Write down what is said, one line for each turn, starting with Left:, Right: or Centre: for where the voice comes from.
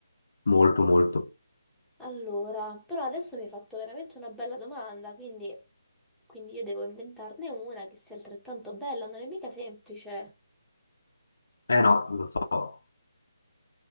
Left: molto, molto.
Centre: Allora, però adesso mi hai fatto veramente una bella domanda, quindi, quindi io devo inventarne una che sia altrettanto bella, non è mica semplice.
Left: Eh no, lo so,